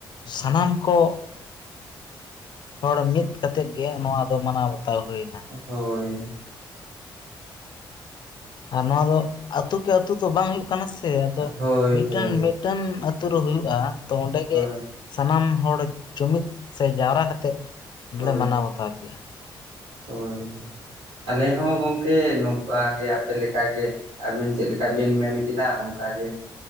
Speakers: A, on the left; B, on the right.
A: ᱥᱟᱱᱟᱢ ᱠᱚ ᱦᱚᱲ ᱢᱤᱫ ᱠᱟᱛᱮᱫ ᱜᱮ ᱱᱚᱣᱟ ᱫᱚ ᱢᱟᱱᱟᱣ ᱛᱟᱣ ᱦᱩᱭᱱᱟ᱾
B: ᱦᱳᱭ
A: ᱟᱨ ᱱᱚᱣᱟ ᱫᱚ ᱟᱛᱳ ᱠᱮ ᱟᱹᱛᱩ ᱫᱚ ᱵᱟᱝ ᱦᱩᱭᱩᱜ ᱠᱟᱱᱟ ᱥᱮ ᱟᱫᱚ
B: ᱦᱳᱭ
A: ᱢᱤᱫᱴᱟᱝ
B: ᱦᱳᱭ
A: ᱴᱟᱱ ᱟᱛᱩᱨ ᱨᱮ ᱦᱩᱭᱩᱜᱼᱟ ᱛᱚ ᱚᱸᱰᱮ
B: ᱦᱳᱭ
A: ᱜᱮ ᱥᱟᱱᱟᱢ ᱦᱚᱲ ᱡᱩᱢᱤᱫ ᱥᱮ ᱡᱟᱣᱨᱟ ᱠᱟᱛᱮᱫ ᱜᱞᱮ
B: ᱦᱳᱭ
A: ᱢᱟᱱᱟᱣ ᱵᱟᱛᱟᱣ ᱠᱮᱜᱼᱟ᱾
B: ᱦᱳᱭ ᱟᱞᱮ ᱦᱚᱸ ᱜᱚᱝᱠᱮ ᱱᱚᱝᱠᱟ ᱜᱮ ᱟᱯᱮ ᱞᱮᱠᱟᱜ ᱜᱮ᱾ ᱟᱹᱵᱤᱱ ᱪᱮᱫ ᱞᱮᱠᱟ ᱵᱤᱱ ᱢᱮᱱ ᱠᱮᱫᱟ ᱚᱱᱠᱟᱜᱮ᱾